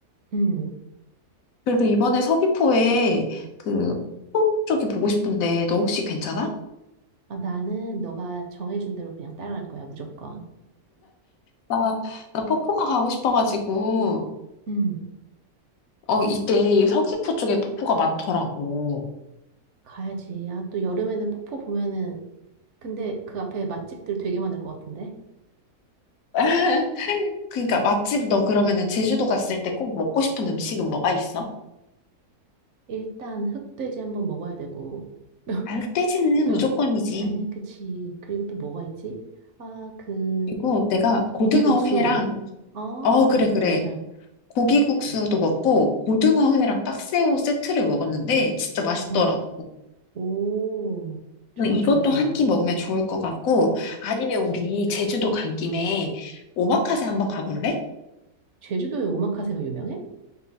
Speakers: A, on the right; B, on the left.
A: 음.
B: 그래서 이번에 서귀포에 그 폭포 쪽이 보고 싶은데 너 혹시 괜찮아?
A: 아, 나는 너가 정해준 대로 그냥 따라갈 거야, 무조건.
B: 나, 나 폭포가 가고 싶어가지고
A: 음.
B: 어 이때 서귀포 쪽에 폭포가 많더라고.
A: 가야지. 아, 또 여름에는 폭포 보면은, 근데 그 앞에 맛집들 되게 많을 것 같은데?
B: <laughs> 그러니까 맛집 너 그러면은 제주도 갔을 때 꼭 먹고 싶은 음식은 뭐가 있어?
A: 일단 흑돼지 한번 먹어야 되고. <laughs>
B: 알뜰지는
A: 또,
B: 무조건이지.
A: 아니, 그치. 그리고 또 뭐가 있지? 아, 그,
B: 그리고 내가
A: 고기국수.
B: 고등어회랑
A: 아,
B: 어 그래
A: 맞아,
B: 그래
A: 맞아.
B: 고기국수도
A: 네.
B: 먹고 고등어회랑 딱새우 세트를 먹었는데 진짜 맛있더라고.
A: 어, 오,
B: 뭐
A: 좋아,
B: 이것도
A: 좋아, 좋아.
B: 한 끼 먹으면 좋을 것 같고, 아니면
A: 그치.
B: 우리 제주도 간 김에 오마카세 한번 가볼래?
A: 제주도에 오마카세가 유명해?